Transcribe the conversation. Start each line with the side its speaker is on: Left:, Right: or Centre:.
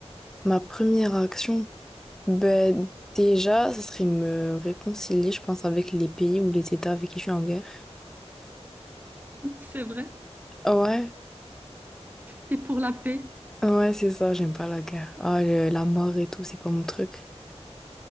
Centre: ma première action. Ben, déjà, ça serait me réconcilier, je pense, avec les pays ou les États avec qui je suis en guerre.
Right: <laughs> c'est vrai,
Centre: Ouais,
Right: t'es pour la paix.
Centre: ouais, c'est ça, j'aime pas la guerre. Ah, le- la mort et tout, c'est pas mon truc.